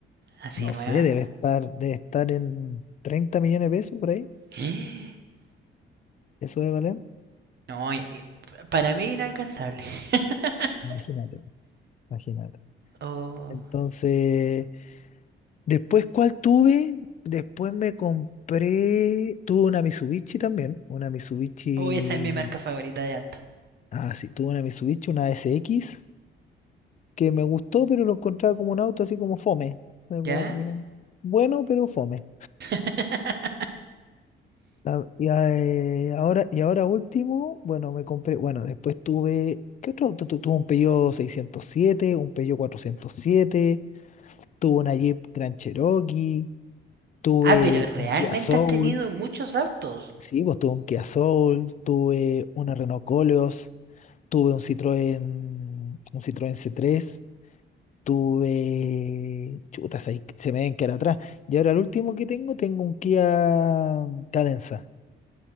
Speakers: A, on the right; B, on the left.
A: Así
B: No
A: nueva.
B: sé, debe estar, debe estar en 30 millones de pesos por ahí.
A: <gasps>
B: Eso debe valer.
A: No, para mí inalcanzable. <laughs>
B: Imagínate, imagínate.
A: oh.
B: Entonces, después, ¿cuál tuve? Después me compré, tuve una Mitsubishi también, una Mitsubishi,
A: Oh, esa es mi marca favorita de auto.
B: ah, sí, tuve una Mitsubishi, una SX, que me gustó, pero lo encontraba como un auto así como fome. Fue Como
A: ¿Ya?
B: que, bueno, pero fome.
A: <laughs>
B: La- y, a- eh, ahora, y ahora último, bueno, me compré, bueno, después tuve, ¿qué otro auto? Tu- tuve un Peugeot seiscientos siete un Peugeot cuatrocientos siete tuve una Jeep Grand Cherokee, tuve
A: Ah, pero realmente
B: un Kia Soul,
A: has tenido muchos autos.
B: sí, pues tuve un Kia Soul, tuve una Renault Coleos, tuve un Citroën, un Citroën c tres tuve, chutas, ahí se me ven que era atrás. Y ahora el último que tengo, tengo un Kia Cadenza,